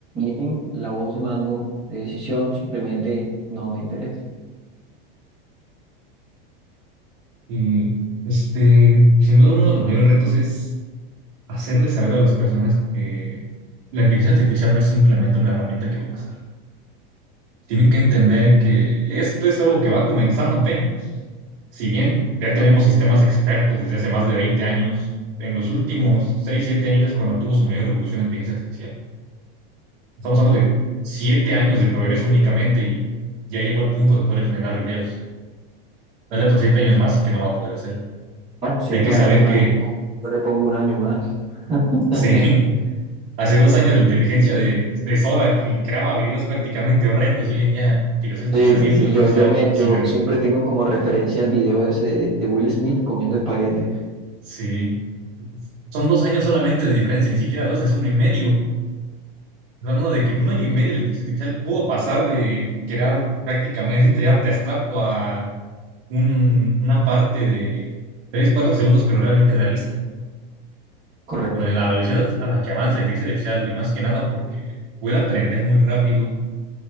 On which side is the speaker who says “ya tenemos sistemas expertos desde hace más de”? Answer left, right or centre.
Right